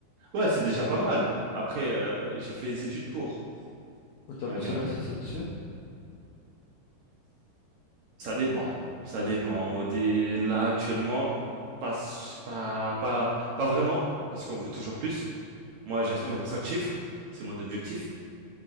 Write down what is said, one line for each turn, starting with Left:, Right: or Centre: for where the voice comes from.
Right: Ouais, c'est déjà pas mal. Après, euh, j'ai fait les études pour,
Left: En termes
Right: on va
Left: de salaire,
Right: dire.
Left: ça te satisfait?
Right: Ça dépend. Ça dépend. Des... Là, actuellement, pas, s- pas, pas, pas vraiment, parce qu'on veut toujours plus. Moi, j'aspire
Left: Ouais.
Right: aux cinq chiffres, c'est mon objectif.